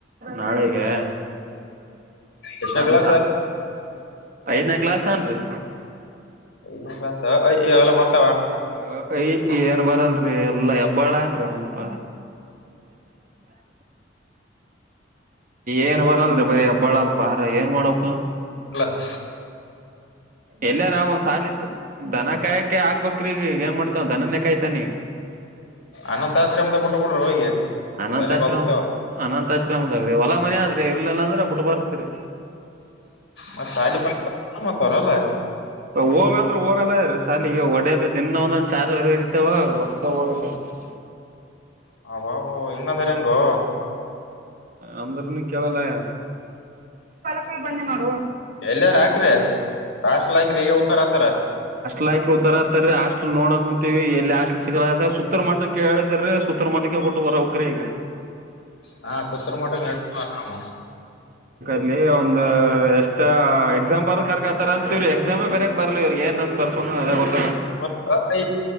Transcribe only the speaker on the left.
ಎಷ್ಟನೇ
ಕ್ಲಾಸ್
ಲ್ಲ ಬರ್ತ
ಲಂದ
ಅನಾಥ ಆಶ್ರಮದ ಬಟ್ಟ ಬುಡ್ರಿ ಹೋಗಿ
ಅಲ್ಲಿ ಬದುಕ್ತಾವ
ಮತ್ ಸಾಲಿ ಮತ್ತವ್ರಲ್ಲ
ಹ ಬಾ ಹಂಗಂದಾರ ಹೆಂಗೋ
ಎಳ್ನೀರ್ ಹಾಕ್ರಿ ಹಾಸ್ಟೆಲ್ ಐಕ್ರು ಈಗೆ ಬಂದ್ ತಗತರ
ಹಾ ಸತ್ರ ಮಟ್ಟ ಎಡ್ತ ಆರಾಮ
ಮ ಐ